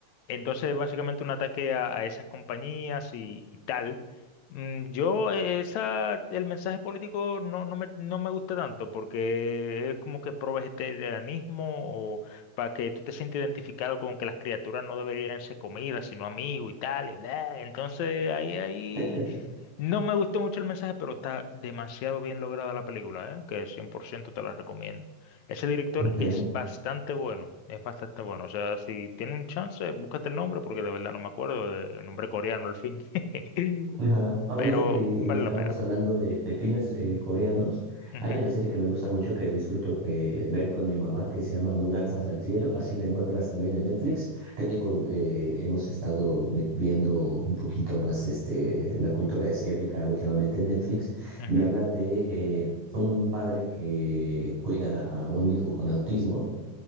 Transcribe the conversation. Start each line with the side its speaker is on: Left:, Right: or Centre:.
Left: entonces básicamente un ataque a, a esas compañías y, y tal. Mm, Yo, eh, esa, el mensaje político no, no me, no me gusta tanto porque es como que pro vegetarianismo o para que tú te sientas identificado con que las criaturas no deberían ser comida, sino amigos y tal, y bla. Entonces ahí, ahí
Right: <laughs>
Left: no me gustó mucho el mensaje, pero está demasiado bien lograda la película, ¿eh? Que 100% te la recomiendo. Ese director
Right: Ok.
Left: es bastante bueno, es bastante bueno. O sea, si tiene un chance, búscate el nombre, porque de verdad no me acuerdo del nombre coreano, al fin. <laughs>
Right: Ajá. Ahorita
Left: Pero
Right: que
Left: vale
Right: estábamos
Left: la pena.
Right: hablando de, de filmes eh, coreanos,
Left: Ujú,
Right: hay una serie que me gusta mucho que disfruto eh, ver con mi mamá que se llama Mudanzas al Cielo, así la encuentras también en Netflix. Te digo, eh, hemos estado me- viendo un poquito más este, la cultura asiática últimamente en Netflix
Left: ujú,
Right: y habla de eh, un padre que cuida a un hijo con autismo.